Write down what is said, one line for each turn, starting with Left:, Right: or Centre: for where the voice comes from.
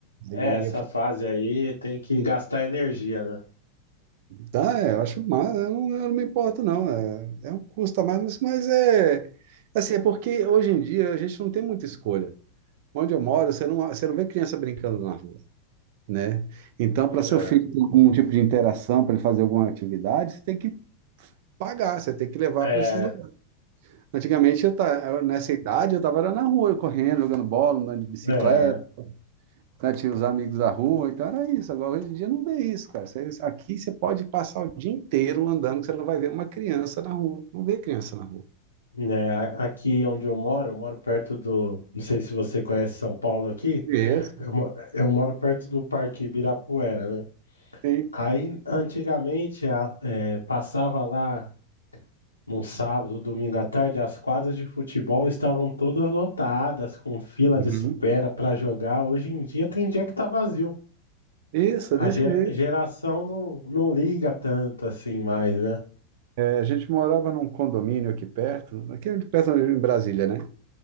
Left: É,
Right: Aí
Left: essa
Right: eu falo,
Left: fase aí tem que gastar energia, né?
Right: tá, é, eu acho mais, eu não, eu não me importo, não. É, é um custo a mais, mas, mas é, assim, é porque hoje em dia a gente não tem muita escolha. Onde eu moro, você não, você não vê criança brincando na rua, né? Então,
Left: É.
Right: para seu filho ter algum tipo de interação, para ele fazer alguma atividade, você tem que pagar, você tem que levar
Left: É,
Right: para esses lugares. Antigamente, eu ta- nessa idade, eu estava na rua, correndo, jogando bola, andando de bicicleta,
Left: É,
Right: né? Tinha os amigos da rua, então era isso. Agora, hoje em dia, não vê isso, cara. Você- aqui você pode passar o dia inteiro andando, que você não vai ver uma criança na rua. Não vê criança na rua.
Left: né, a- aqui onde eu moro, eu moro perto do, não sei se você conhece São Paulo aqui,
Right: Isso,
Left: eu, mo- eu moro perto do Parque Ibirapuera, né?
Right: sim.
Left: Aí, antigamente, a- é, passava lá num sábado, domingo à tarde, as quadras de futebol estavam todas lotadas, com fila
Right: Uhum.
Left: de espera para jogar. Hoje em dia tem dia que tá vazio.
Right: Isso,
Left: A
Right: é desse
Left: gera-
Right: jeito.
Left: geração não, não liga tanto assim mais, né?
Right: É, a gente morava num condomínio aqui perto, aqui de perto em Brasília, né?